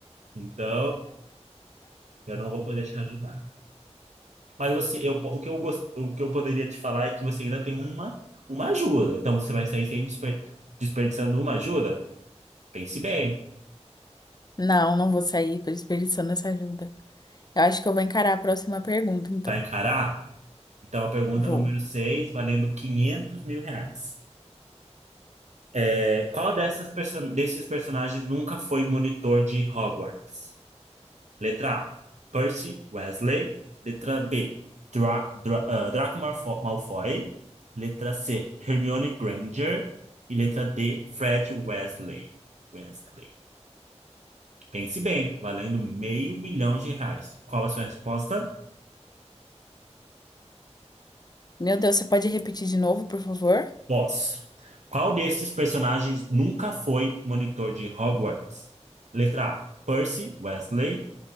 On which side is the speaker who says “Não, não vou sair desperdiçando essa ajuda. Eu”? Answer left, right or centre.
Left